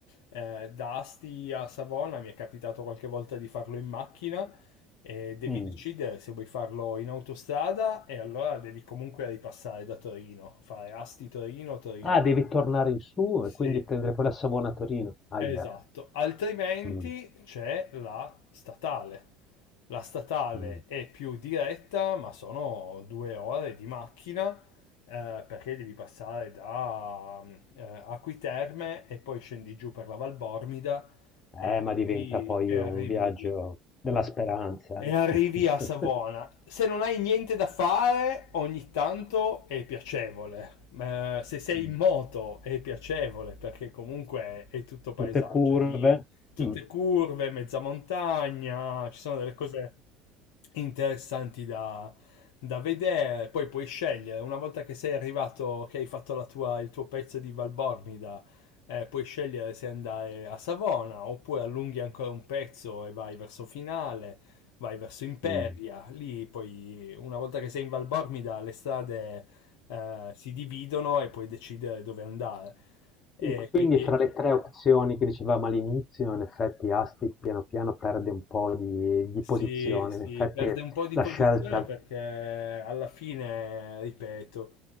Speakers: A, on the left; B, on the left.
A: eh, da Asti a Savona mi è capitato qualche volta di farlo in macchina e devi
B: Mm.
A: decidere se vuoi farlo in autostrada e allora devi comunque ripassare da Torino, fare Asti-Torino, Torino-Savona.
B: Ah, devi tornare in su
A: Sì.
B: e quindi prendere poi la Savona a Torino. Aia.
A: Esatto, altrimenti
B: Mm,
A: c'è la statale. La statale
B: mm.
A: è più diretta, ma sono due ore di macchina eh, perché devi passare da mm, eh, Acquiterme e poi scendi giù per la Valbormida
B: Eh,
A: e
B: ma diventa
A: arrivi,
B: poi
A: e arrivi
B: un viaggio della speranza.
A: e arrivi
B: eh.
A: a Savona.
B: <laughs>
A: Se non hai niente da fare, ogni tanto è piacevole. Eh, se sei
B: Mm.
A: in moto è piacevole perché comunque è tutto paesaggio
B: Tutte curve.
A: di tutte
B: Mm,
A: curve, mezza montagna, ci sono delle cose interessanti da, da vedere. Poi puoi scegliere, una volta che sei arrivato, che hai fatto la tua- il tuo pezzo di Valbormida, eh, puoi scegliere se andare a Savona oppure allunghi ancora un pezzo e vai verso finale vai verso Imperia,
B: mm.
A: lì poi una volta che sei in Val Bormida le strade eh, si dividono e puoi decidere dove andare. E
B: E quindi
A: quindi
B: fra le tre opzioni che dicevamo all'inizio, in effetti Asti piano piano perde un po' di, di
A: Sì,
B: posizione,
A: sì,
B: in effetti
A: perde un po' di
B: la
A: posizione
B: scelta.
A: perché alla fine, ripeto,